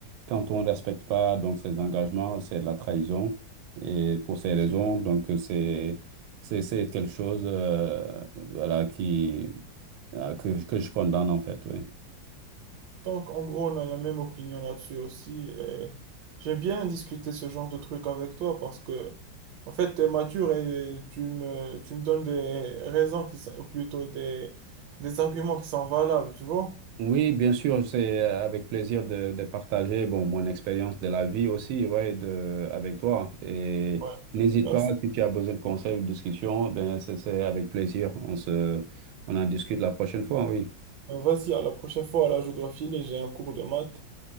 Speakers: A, on the right; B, on the right.
A: quand on ne respecte pas donc ses engagements, c'est de la trahison. Et pour ces raisons,
B: oui.
A: donc c'est c'est c'est quelque chose euh, voilà qui euh, que, que je condamne en fait, oui.
B: Donc, en gros, on a la même opinion là-dessus aussi. Et j'aime bien discuter ce genre de truc avec toi parce que, en fait, tu es mature et tu me, tu me donnes des raisons qui sont, ou plutôt des, des arguments qui sont valables, tu vois?
A: Oui, bien sûr, c'est euh, avec plaisir de, de partager bon, mon expérience de la vie aussi, ouais, de, avec toi. Et
B: Ouais.
A: n'hésite
B: Merci.
A: pas, si tu as besoin de conseils ou de discussions, ben c'est c'est avec plaisir. On se, on en discute la prochaine fois, oui.
B: Euh, Vas-y, à la prochaine fois. Là, je dois filer, j'ai un cours de maths.